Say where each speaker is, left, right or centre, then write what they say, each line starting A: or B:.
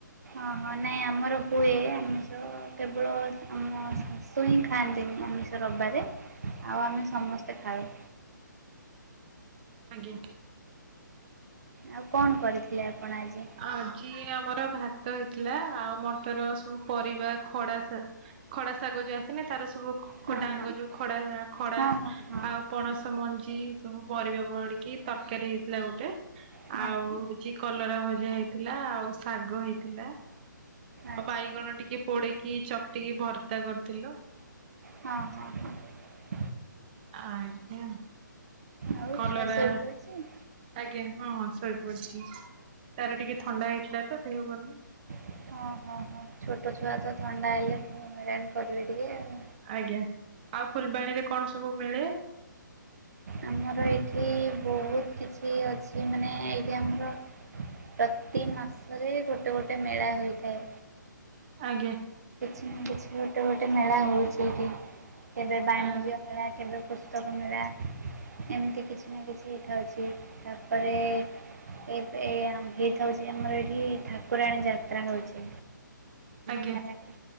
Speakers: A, on the right; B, on the right.
A: ଓହଁ ନାଇଁ ଆମର ହୁଏ। ଆମ କେବଳ ଆମ ଶାଶୁ ହିଁ ଖାଆନ୍ତି। ଆମିଷ ରବିବାରେ ଆଉ ଆମେ ସମସ୍ତେ ଖାଉ।
B: ଆଜ୍ଞା।
A: ଆଉ କଣ କରିଥିଲେ? ଆପଣ ଆଜି?
B: ଆଜି ଆମର ଭାତ ହେଇଥିଲା। ଆଉ ମଟର ସବୁ ପରିବା, ଖଡା ଖଡା ଶାଗ ଯୋ ଆସନି, ତାର ସବୁ
A: ହଁ
B: ଡାଙ୍ଗ
A: ହଁ
B: ଯୋଉଁ ।ଖଡା ଖଡା
A: ହଁ ହଁ ହଁ
B: ଆଉ ପଣସ ମଞ୍ଜି ସବୁ ପରିବା ପଡିକି ତରକାରୀ ହେଇ ଥିଲା ଗୋଟେ
A: ହଁ
B: ।ଆଉ
A: ହଁ
B: ହଉଛି କଲରା ଭଜା ହେଇଥିଲା। ଆଉ ଶାଗ ହେଇଥିଲା।
A: ଆଚ୍ଛା
B: ଆଉ ବାଇଗଣ ଟିକେ ପୋଡେଇକି, ଚକଟିକି ଭର୍ତା କରିଥିଲୁ।
A: ହଁ, ହଁ, ହଁ।
B: ଆଜ୍ଞା।
A: ଆଉ
B: କଲରା
A: ଛୁଆ ଶୋଇପଡ଼ିଛି?
B: ଆଜ୍ଞା। ହଁ ହଁ ।ଶୋଇପଡିଛି ତାର ଟିକେ ଥଣ୍ଡା ହେଇଥିଲା ତ। ଦେହ ଭଲ ନାଇଁ
A: ଓଁ ହଁ ହଁ। ଛୋଟ ଛୁଆ ତ ଥଣ୍ଡା ହେଲେ କରିବେ ଟିକେ ଆଉ।
B: ଆଜ୍ଞା। ଆଉ ଫୁଲବାଣୀରେ କଣ ସବୁ ମିଳେ?
A: ଆମର ଏଇଠି ବହୁତ କିଛି ଅଛି। ମାନେ ଏଇଠି ଆମର ପ୍ରତି ମାସରେ ଗୋଟେ ଗୋଟେ ମେଳା ହୋଇଥାଏ।
B: ଆଜ୍ଞା।
A: କିଛି ଗୋଟେ ଗୋଟେ ମେଳା ହେଉଛି ଏଠି। କେବେ ବାଣିଜ୍ୟ
B: ଆ
A: ମେଳା, କେବେ ପୁସ୍ତକ ମେଳା ।ଏମିତି କିଛି ନା କିଛି ହେଇଥାଉଛି ।ତାପରେ ଏବେ ହେଇଥାଉଛି ।ଆମର ଏଇଠି ଠାକୁରାଣୀ ଯାତ୍ରା ହେଉଛି।
B: ଆଜ୍ଞା।
A: ନାରାୟଣୀ